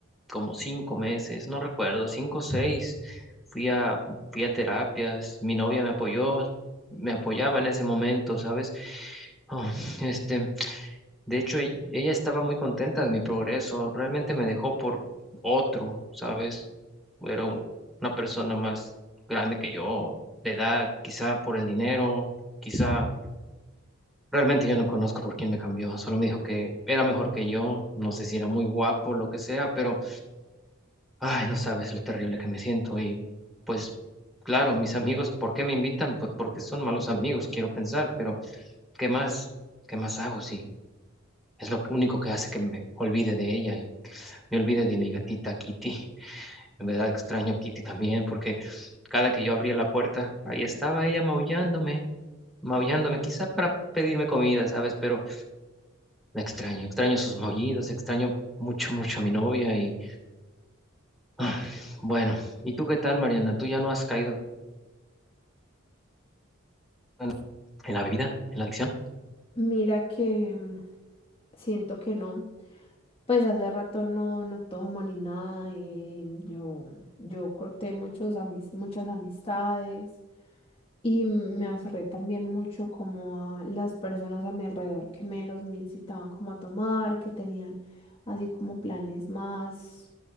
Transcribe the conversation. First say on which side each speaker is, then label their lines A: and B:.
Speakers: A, in the centre; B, on the left.
A: como cinco meses, no recuerdo, cinco o seis. Fui a, fui a terapias, mi novia me apoyó, me apoyaba en ese momento, ¿sabes? Ah, este, De hecho, e- ella estaba muy contenta de mi progreso. Realmente me dejó por otro, ¿sabes? Era un- una persona más grande que yo, de edad, quizá por el dinero, quizá... Realmente yo no conozco por quién me cambió. Solo me dijo que era mejor que yo. No sé si era muy guapo, lo que sea, pero... Ay, no sabes lo terrible que me siento. Y pues, claro, mis amigos, ¿por qué me invitan? Pues porque son malos amigos, quiero pensar, pero ¿qué más? ¿Qué más hago si... Es lo único que hace que me olvide de ella me olvidé de mi gatita Kitty. En verdad extraño a Kitty también porque cada que yo abría la puerta, ahí estaba ella maullándome, maullándome, quizá para pedirme comida, ¿sabes? Pero la extraño, extraño sus maullidos, extraño mucho, mucho a mi novia y ah, bueno, ¿y tú qué tal, Mariana? ¿Tú ya no has caído en en la bebida, en la adicción?
B: Mira que mm, siento que no. Pues hace rato no, no tomo ni nada. eh, yo, yo corté muchos amis- muchas amistades y me aferré también mucho como a las personas a mi alrededor que menos me incitaban como a tomar, que tenían así como planes más,